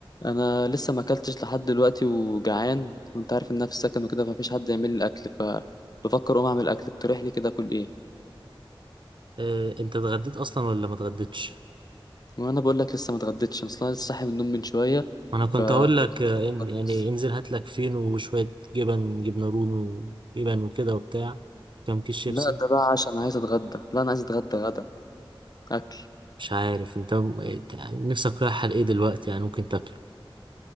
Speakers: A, on the left (about 45°); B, on the right (about 60°).
A: انا لسه ما اكلتش لحد دلوقتي وجعان وانت عارف ان انا في السكن وكده فمفيش حد يعمل لي الاكل فبفكر اقوم اعمل اكل اقترح لي كده اكل ايه
B: آه، انت اتغديت اصلا ولا ما اتغديتش
A: وانا بقول لك لسه ما اتغديتش انا اصلا لسه صاحي من النوم من شويه
B: انا كنت
A: فيعتبر
B: هقول لك آه،
A: ما اتغديتش
B: إن- يعني انزل هات لك فينو وشويه جبن جبنه رومي وجبن وكده وبتاع كام كيس شيبسي
A: لا ده بقى عشان عايز اتغدى لا انا عايز اتغدى غدا اكل
B: مش عارف انت م- إنت نفسك رايح على ايه دلوقتي يعني ممكن تاكله